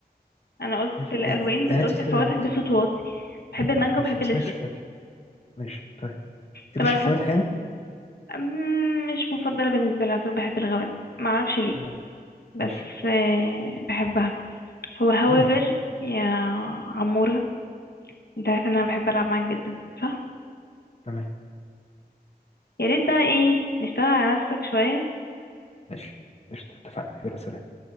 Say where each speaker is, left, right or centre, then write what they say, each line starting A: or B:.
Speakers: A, on the left; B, on the left.
A: انا قلت
B: ماشي
A: الالوان
B: يعني,
A: بس
B: يعني
A: قلت
B: انت بتحبي
A: الفواتح
B: المانجا
A: بصوت واطي بحب المانجا
B: ماشي
A: وبحب
B: ما
A: الاسود
B: سمعتش فواتح ماشي طيب ما بتحبيش
A: طب انا
B: الفواتح
A: بحب
B: يعني
A: أمم، مش مفضله بالنسبه لي على طول بحب الغوامق ما اعرفش ليه
B: اه
A: بس
B: ماشي
A: آه، بحبها هو however
B: بومه
A: يا عموره انت عارف ان انا بحب العب معاك جدا صح
B: تمام
A: يا ريت بقى ايه نشتغل على نفسك شويه
B: ماشي قشطة اتفقنا يلا سلام